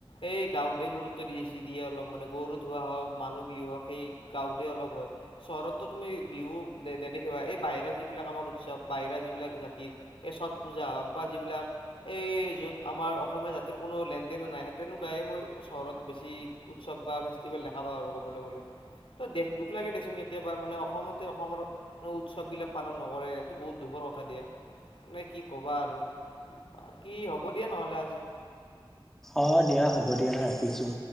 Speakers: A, on the left (about 85°); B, in the centre.
A: এই গাঁৱতে গুৰুত্ব দিয়ে যি দিয়ে অলপ মানে, গৰুত ধোৱা হওক মানুহ বিহু হওক সেই গাঁৱতেে অলপ হয় চহৰতো তুমি বিহু নে - নেদেখিবা এই বাহিৰ যিবিলাক আমাৰ উৎসৱ, বাহিৰা যিবিলাক জাতিৰ চথ পূজা হওক বা যিবিলাক এই য'ত আমাৰ অসমীয়া জাতিৰ কোনো লেনদেনে নাই, তেনেকুৱাহে মই চহৰত বেছি উৎসৱ বা <unintelligible> দেখা পাওঁ আৰু ক'বলৈ গ'লে ত দুখ লাগে দেচোন কেতিয়াবা মানে অসমতে অসমৰ উৎসৱ বিলাক পালন নকৰে সেটো বহুত দুখৰ কথা দিয়া মানে, কি ক'বা আৰু বাকী হ'ব দিয়া নহলে আজি
B: অঁ দিয়া হ'ব দিয়া ৰাখিছোঁ